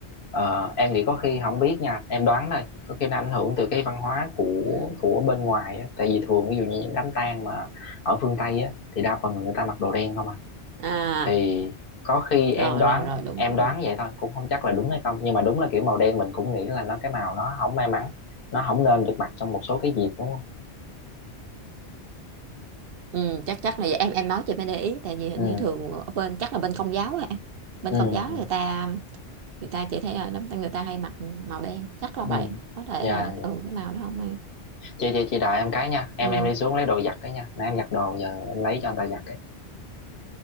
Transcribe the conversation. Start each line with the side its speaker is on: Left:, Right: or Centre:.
Left: ờ, em nghĩ có khi không biết nha em đoán thôi có khi nó ảnh hưởng từ cái văn hóa của
Right: ừ.
Left: của bên ngoài á tại vì thường ví dụ như những đám tang mà ở phương Tây á thì đa phần là người ta mặc đồ đen không à
Right: à
Left: thì có khi em
Right: rồi
Left: đoán
Right: rồi rồi đúng
Left: em
Right: ừ.
Left: đoán vậy thôi cũng không chắc là đúng hay không nhưng mà đúng là kiểu màu đen mình cũng nghĩ là nó cái màu nó không may mắn nó không nên được mặc trong một số cái dịp đúng không
Right: Ừ, chắc chắc là vậy. em em nói chị mới để ý tại vì hình
Left: ừ
Right: như thường ở bên chắc là bên công giáo á em bên
Left: ừ
Right: công giáo
Left: ừ
Right: người ta người ta chỉ thấy là đám người ta hay mặc màu đen chắc là
Left: ừ
Right: vậy có thể
Left: dạ
Right: là ừ cái màu đó không ai
Left: chị chị chị đợi em cái nha em
Right: ừ.
Left: em đi xuống lấy đồ giặt cái nha nãy em giặt đồ giờ em lấy cho anh ta giặt cái